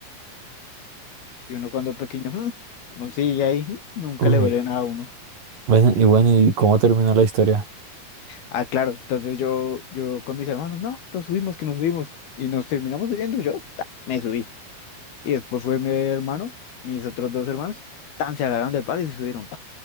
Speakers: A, on the left; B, on the right.
A: Y uno cuando es pequeño, mm, uno sigue ahí, mm, nunca
B: Uy.
A: le duele nada a uno.
B: Bueno, y bueno, ¿y cómo terminó la historia?
A: Ah, claro, entonces yo, yo con mis hermanos, no, nos subimos, que nos subimos. Y nos terminamos subiendo, yo ta, me subí. Y después fue mi hermano, mis otros dos hermanos, tan se agarraron del palo y se subieron.